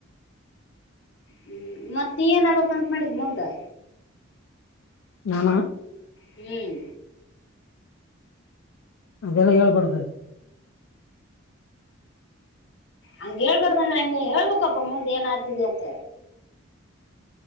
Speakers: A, on the left; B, on the left.
A: ಹ್ಮ್ ಮತ್ತೆ ಏನ್ ಆಬಕ ಅಂತ ಮಾಡಿದ್ ಮುಂದೆ
B: ನಾನ
A: ಹ್ಮ
B: ಅದೆಲ್ಲ ಹೇಳ್ಬಡದ
A: ಹಂಗ ಹೇಳ್ಕಡ್ದಂದ್ರೆ ಹೆಂಗ್ ಹೇಳ್ಬೇಕಪ್ಪ ಮುಂದ್ ಏನ್ ಅತಿದಿದೆ ಅಂತ